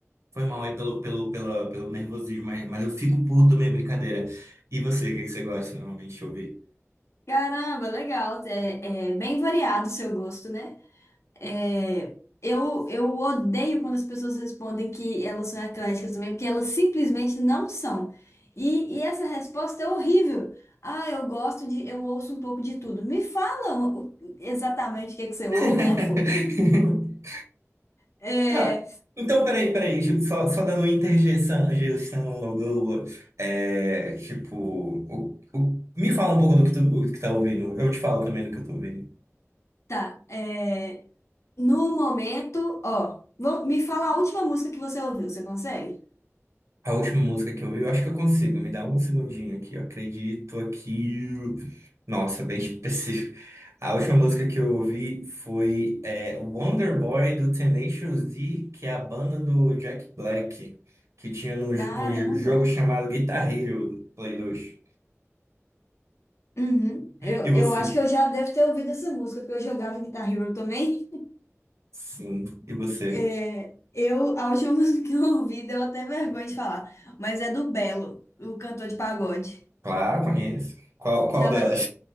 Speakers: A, on the right; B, on the left.
A: Foi mal aí pelo, pelo, pela, pelo nervosismo, mas, mas eu fico puto também, é brincadeira. E você, o que é que você gosta normalmente de ouvir?
B: Caramba, legal. É, é bem variado o seu gosto, né? É, eu, eu odeio quando as pessoas respondem que elas são ecléticas também, porque elas simplesmente não são. E, e essa resposta é horrível. Ah, eu gosto de, eu ouço um pouco de tudo. Me fala o- o- exatamente o que é que você ouve,
A: <laughs>
B: né, pô? É,
A: Tá. Então, peraí, peraí, tipo, só, só dando interjeição, interjeição, blá, blá, blá. é, tipo, o- o- me fala um pouco do que tu, do que tá ouvindo, eu te falo também do que eu tô ouvindo.
B: tá. é, no momento, ó, vam- me fala a última música que você ouviu, você consegue?
A: A última música que eu vi, eu acho que eu consigo. Me dá um segundinho aqui. Eu acredito aqui. Nossa, bem específico. A última música que eu ouvi foi é, Wonder Boy do Tenacious D, que é a banda do Jack Black, que tinha no, j-
B: Caramba.
A: no j- jogo chamado Guitar Hero Play 2.
B: Uhum. Eu,
A: E você?
B: eu acho que eu já devo ter ouvido essa música, porque eu jogava Guitar Hero também.
A: Sim. E você?
B: É, eu, a última <laughs> música que eu ouvi deu até vergonha de falar, mas é do Belo, o cantor de pagode.
A: Claro, conheço. Qual, qual
B: Chama,
A: delas?